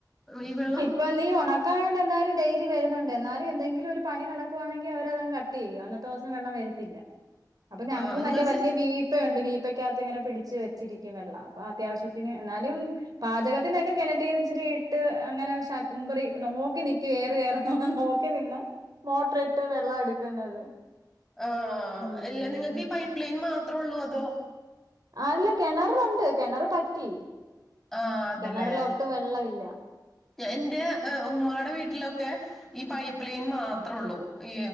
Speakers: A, in the centre; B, on the right.
A: ഈ വെള്ളം
B: ഇപ്പോൾ എന്തെങ്കിലും ഉണക്കായോണ്ട് എന്തായാലും ഡെയിലി വരുന്നൊണ്ട്. എന്നാലും എന്തെങ്കിലും ഒരു പണി നടക്കു ആണെങ്കിൽ അവര് അതങ് കട്ട് ട്ട്ചെയ്യും. അന്നത്തെ ദിവസം വെള്ളം വരുത്തി
A: <inaudible>
B: അപ്പൊ ഞങ്ങള്
A: ആ നിങ്ങൾ
B: മറ്റേ വലിയ
A: സെ-
B: വീപ് പ്പണ്ട് വീപ്പക്കകത്ത് ഇങ്ങനെ പിടിച്ച് വെച്ചിരിക്കും വെള്ളം അപ്പൊ അത്യാവശ്യത്തിന് എന്നാലും പാചകത്തിനൊക്കെ കിണറ്റിന്ന് ഇച്ചിരി. ഇട്ട് അങ്ങനെ ശ ഉമ്പറി നോക്കി നിക്കു എയറ് കേയറ നോക്കി നിന്ന് മോട്ടറി ഇട്ട് വെള്ളം എടുക്കുന്നത്.
A: ആഹ്
B: ഉം
A: അല്ല നിങ്ങൾക്ക് ഈ പൈപ്പ് ലൈൻ മാത്രേ ഉള്ളൂ അതോ?
B: ആല്ല കെണറിലൊണ്ട് കെണർ പറ്റി
A: ആ അതല്ലേ
B: കെണറില് ഒട്ടും വെള്ളവില്ല.
A: എന്റെ ഉമ്മായീടെ വീട്ടിലൊക്കെ ഈ പൈപ്പ് ലൈൻ മാത്രള്ളൂ ഈ